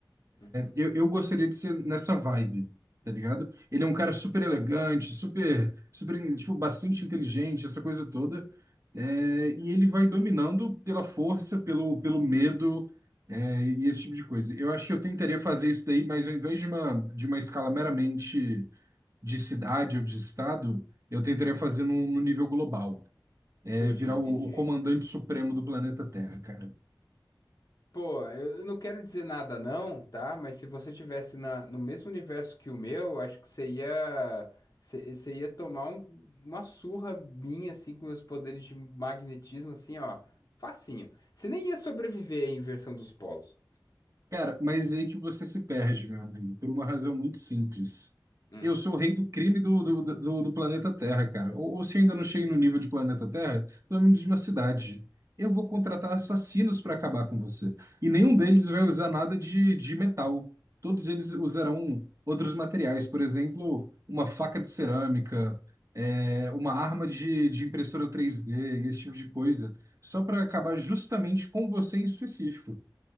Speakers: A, on the left; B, on the right.
A: Uhum.
B: Eu, eu gostaria de ser nessa vibe, tá ligado? Ele é um cara super elegante, super, super, tipo, bastante inteligente, essa coisa toda. É, e ele vai dominando pela força, pelo, pelo medo, é, e esse tipo de coisa. Eu acho que eu tentaria fazer isso daí, mas ao invés de uma, de uma escala meramente de cidade ou de estado, eu tentaria fazer num, num nível global. É,
A: Entendi,
B: virar
A: entendi.
B: o, o comandante supremo do planeta Terra, cara.
A: Pô, eu eu não quero dizer nada não, tá? Mas se você tivesse na, no mesmo universo que o meu, eu acho que você ia, você você ia tomar um- uma surra minha, assim, com meus poderes de magnetismo, assim, ó. Facinho. Você nem ia sobreviver à inversão dos polos.
B: Cara, mas é aí que você se perde, meu amigo, por uma razão muito simples.
A: Hum.
B: Eu sou o rei do crime do, do, do, do planeta Terra, cara. Ou, ou se ainda não cheguei no nível de planeta Terra, pelo menos de uma cidade. Eu vou contratar assassinos para acabar com você. E nenhum deles vai usar nada de, de metal. Todos eles usarão outros materiais, por exemplo, uma faca de cerâmica, é, uma arma de, de impressora três d e esse tipo de coisa. Só para acabar justamente com você em específico.